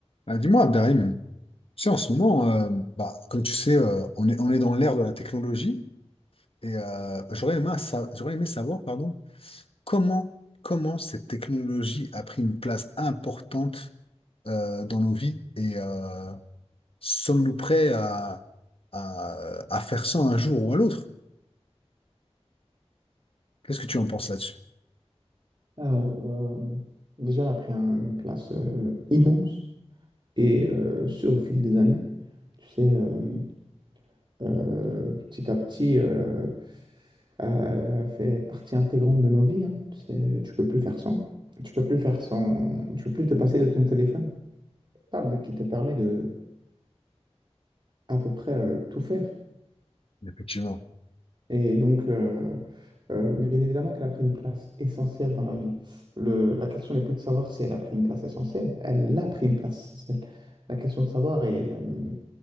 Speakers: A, on the left (about 55°); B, on the right (about 45°).
A: Ah, dis-moi, Abderrahim, tu sais, en ce moment, euh, bah, comme tu sais, euh, on est, on est dans l'ère de la technologie et euh, j'aurais aimé, sa- j'aurais aimé savoir pardon, comment, comment cette technologie a pris une place importante euh, dans nos vies et euh, sommes-nous prêts à, à, à faire ça un jour ou à l'autre? Qu'est-ce que tu en penses là-dessus?
B: Alors, euh, déjà, elle a pris un- une place euh, immense et euh, sur au fil des années. Tu sais, euh, euh, petit à petit, euh, euh, fait partie intégrante de nos vies. hein. Tu sais, tu peux plus faire sans. Tu peux plus faire sans. Tu peux plus te passer de ton téléphone. Table qui te permet de à peu près euh, tout faire.
A: Effectivement.
B: Et donc, euh, euh, bien évidemment qu'elle a pris une place essentielle dans la vie. Le- la question n'est plus de savoir si elle a pris une place essentielle, elle a pris une place essentielle. La question de savoir est, euh,